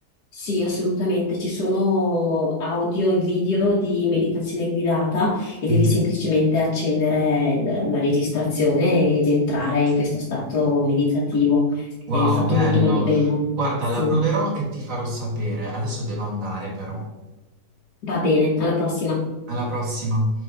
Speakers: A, on the left; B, on the right.
A: sì, assolutamente, ci sono audio e video di meditazione guidata e
B: Mhm.
A: devi semplicemente accendere il- la registrazione ed entrare in questo stato meditativo.
B: Wow,
A: È fatto
B: bello.
A: molto molto bene.
B: Guarda,
A: Sì,
B: la proverò e ti farò sapere. Adesso devo andare, però.
A: va bene, alla prossima.
B: Alla prossima.